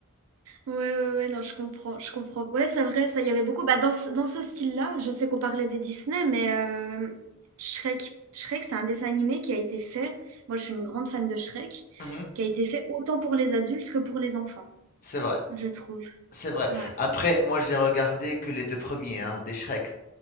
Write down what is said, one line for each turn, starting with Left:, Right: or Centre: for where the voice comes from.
Right: Ouais, ouais, ouais, non, je comprends, je comprends. Ouais, c'est vrai, ça, il y avait beaucoup. Bah, dans ce, dans ce style-là, je sais qu'on parlait des Disney, mais euh, Shrek, Shrek, c'est un dessin animé qui a été fait. Moi, je suis une grande fan de Shrek,
Left: Mhm,
Right: qui a été fait autant pour les adultes que pour les enfants,
Left: c'est vrai,
Right: je trouve.
Left: c'est vrai.
Right: Ouais,
Left: Après, moi j'ai regardé que les deux premiers, hein, des Shrek.